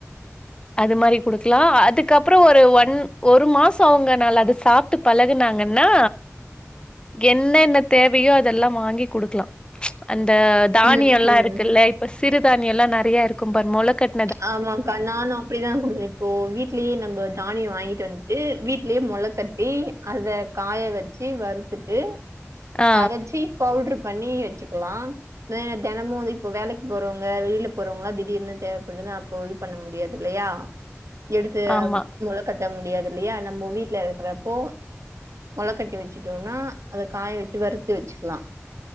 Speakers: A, on the left; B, on the right.
A: அது மாதிரி குடுக்கலா அதுக்கப்புறோ ஒரு ஒன் ஒரு மாசோ அகுங்க நல் அத சாப்பிட்டு பழகுனாங்கன்னா என்னென்ன தேவையோ அதெல்லா வாங்கி குடுக்கலா அந்த தானியம்ல்லா
B: ம். ம்.
A: இருக்குல்ல இப்ப சிறுதானியோ எல்லா நெறைய இருக்கும் பாரு மொளக்கட்டினது
B: ஆமாக்கா நானு அப்படிதா குடுக்குர தோழி இப்போ வீட்லேயே நம்ம தானியோ வாங்கிட்டு வந்துட்டு வீட்லேயே மொள கட்டி அத காய வச்சு வறுத்துட்டு
A: ஆ
B: அரைச்சி பவுட்டரு பண்ணி வச்சுக்கலா ஆ தெனமு வந்து இப்போ வேலைக்கு போறவங்க வெளியில போறவங்களா திடீர்னு தேவை அதுனா அப்போ இது பண்ண முடியாது இல்லையா எடுத்து
A: ஆமா
B: மொள கட்ட முடியாது இல்லையா நம்ம வீட்டுல இருக்கிறப்போ முளைக்கட்டி வச்சுட்டோம்னா அதை காய வெச்சு வறுத்து வெச்சுக்கலா